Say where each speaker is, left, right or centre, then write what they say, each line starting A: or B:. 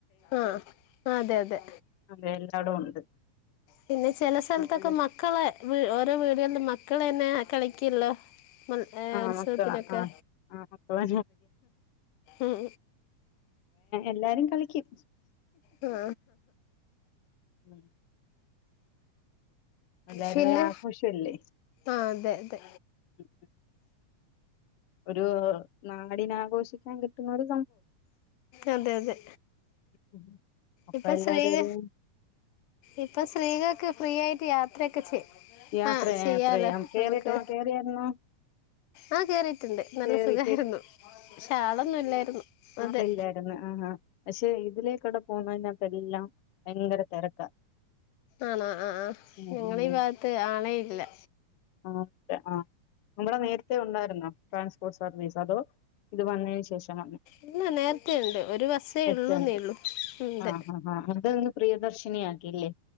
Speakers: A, on the left (about 80°); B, on the left (about 65°).
A: ആഹ് അതെ അതെ
B: അതെ എല്ലാടും ഉണ്ട്
A: പിന്നെ ചില സ്ഥലത്തൊക്കെ
B: അതെ
A: മക്കളെ ഓരോ വീടുകളും മ മക്കള തന്നെ കളിക്കല്ലോ ഉത്സവത്തിനൊക്കെ
B: ആഹ് മക്കളാ ആഹ് ആ മക്കളാ
A: ഉം
B: എല്ലാരും കളിക്കും
A: ആ
B: ഉം. എല്ലാരും
A: പിന്നെ
B: ഒരു ആഘോഷല്ലേ
A: ആ അതെ അതെ
B: ഉം. ഒരു നാടിനാഘോഷിക്കാൻ കിട്ടുന്നത്
A: അതെ അതെ
B: ഉം. അപ്പൊ
A: ഇപ്പൊ
B: എല്ലാരും
A: സ്ത്രീക
B: ഒരു
A: ഇപ്പൊ സ്ത്രീകക്ക് ഫ്രീ ആയിട്ട് യാത്രയൊക്കെ ചെയ്യും
B: യാത്ര
A: ആഹ് ചെയ്യാലോ
B: യാത്ര ചെയ്യാം കേറിട്ടോ
A: നമുക്ക്
B: കേറിയായിരുന്നോ
A: ആഹ് കേറിയിട്ടുണ്ട് നല്ല
B: കേറി
A: സുഖമായിരുന്നു അളൊന്നും ഇല്ലായിരുന്നു അതെ
B: ആളില്ലാരുന്ന് ആ ആ പക്ഷെ ഇതിലേക്ക് ഇവിടെ പോന്നെടെല്ലാം ഭയങ്കര തിരക്കാ
A: ആണോ ആ ആ
B: ഉം
A: ഞങ്ങളെ
B: ഉം
A: ഈ ഭാഗത്ത് ആളെ ഇല്ല
B: ആ ആ നമ്മടെ നേരത്തെ ഉണ്ടായിരുന്നോ ട്രാൻസ്പോ നിസതോ ഇത് വന്നതിന് ശേഷം
A: ഇല്ല നേരത്തെയുണ്ട് ഒരു ബസ്സേ ഉള്ളൂന്നേ
B: ത്തണ്ട്
A: ഉള്ളൂ ഉണ്ട്
B: ആ അതൊന്ന് പ്രിയദർശ ക്ഷണി ആക്കില്ലേ